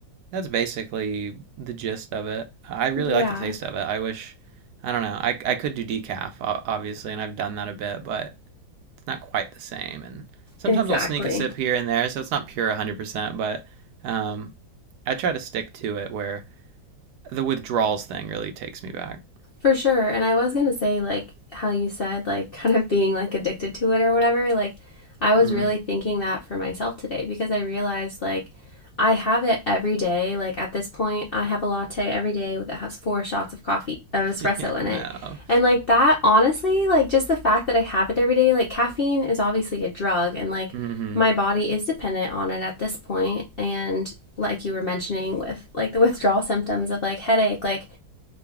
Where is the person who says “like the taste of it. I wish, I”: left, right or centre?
Right